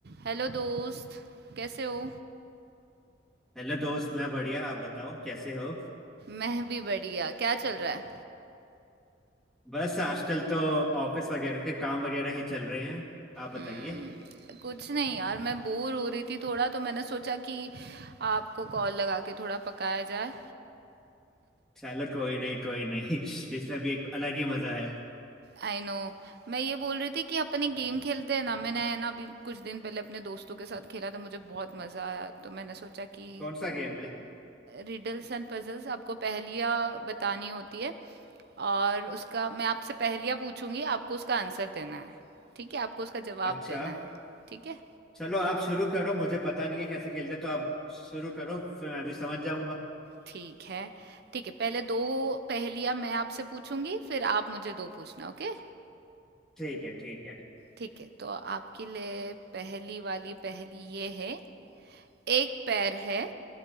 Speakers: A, on the right; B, in the centre.
A: Hello दोस्त कैसे हो
B: हेलो दोस्त मैं बढ़िया आप बताओ कैसे हो
A: मैं भी बढ़िया क्या चल रहा है
B: बस आजकल तो ऑफिस वगैरह के काम वगैरह ही चल रहे हैं आप बताइए
A: हम्म, कुछ नहीं यार मैं बोर हो रही थी थोड़ा तो मैंने सोचा कि आपको कॉल लगा के थोड़ा पकाया जाए
B: चलो कोई नहीं कोई नहीं <laughs> इसमें भी एक अलग ही मजा है
A: I know मैं ये बोल रही थी कि अपन एक गेम खेलते हैं ना मैंने है ना अभी कुछ दिन पहले अपने दोस्तों के साथ खेला था मुझे बहुत मज़ा आया तो मैंने सोचा कि
B: कौन सा गेम है
A: रिडल्स एंड पजल्स आपको पहेलियाँ बतानी होती है और उसका मैं आपसे पहेलियाँ पूछूंगी आपको उसका आंसर देना है ठीक है आपको उसका जवाब
B: अच्छा
A: देना है ठीक है
B: चलो आप शुरू करो मुझे पता नहीं है कैसे खेलते तो आप शुरू करो फिर मैं भी समझ जाऊंगा
A: ठीक है ठीक है पहले दो पहेलियाँ मैं आपसे पूछूंगी फिर आप मुझे दो पूछना ओके
B: ठीक है ठीक है
A: ठीक है तो आपके लिए पहली वाली पहेली ये है एक पैर है